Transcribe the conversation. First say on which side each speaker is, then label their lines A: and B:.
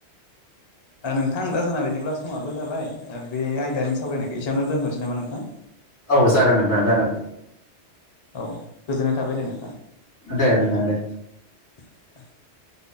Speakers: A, on the left (about 35°); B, on the left (about 85°).
A: <inaudible> ओ नोंथां दा जोंना बिदिब्ला समाबो जाबाय बे आयदानि सावरायनायखौ एसेयावनो दोनथ'नोसै नामा नों थां।
B: औ जागोन नोंथां जागोन।
A: औ गोजोननाय थाबाय दे नोंथां।
B: दे नोंथां दे।
A: <inaudible>